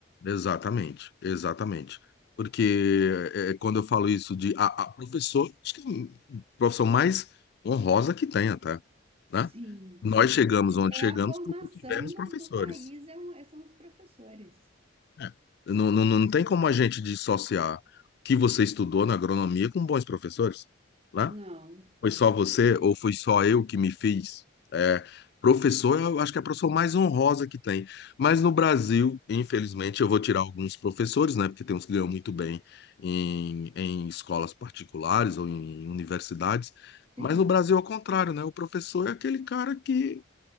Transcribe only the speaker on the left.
Exatamente, exatamente. Porque é, é, quando eu falo isso de a, a professor, acho que é a profissão mais honrosa que tem até, né?
Nós
chegamos onde
chegamos
porque tivemos
professores.
É. Não, não, não tem como a gente dissociar o que você estudou na agronomia com bons professores, né?
Foi só você
ou foi só eu que me fiz? É, professor, eu acho que é a profissão mais honrosa que tem. Mas no Brasil, infelizmente, eu vou tirar alguns professores, né? Porque tem uns que ganham muito bem em, em escolas particulares ou em universidades. Mas
no Brasil, ao contrário, né? O professor é aquele cara que.